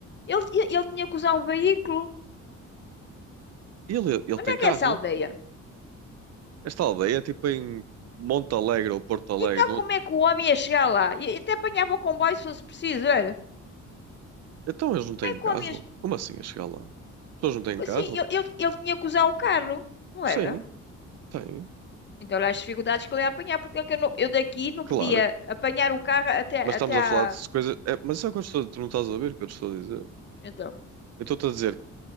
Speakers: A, on the left (about 35°); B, on the right (about 55°).
A: Ele, ele tinha que usar um veículo.
B: ele, ele
A: Onde
B: tem
A: é
B: carro.
A: que é essa aldeia?
B: Esta aldeia é tipo em Monte Alegre ou Porto Alegre.
A: Então como é que o homem ia chegar lá? E até apanhava o comboio se fosse preciso, era?
B: Então eles não têm
A: Como é que
B: carro?
A: o homem ia...
B: Como assim a chegar lá? As pessoas não têm
A: Assim,
B: carro?
A: ele, ele, ele tinha que usar o carro, não era?
B: Sim, têm.
A: Então olha as dificuldades que ele ia apanhar, porque é que eu, não- eu daqui não
B: Claro.
A: podia apanhar o carro até,
B: Mas
A: até
B: estamos a
A: à...
B: falar de coisas. É, mas isso é o que eu estou... tu não estás a ver o que eu te estou a dizer.
A: Então,
B: Eu estou-te a dizer que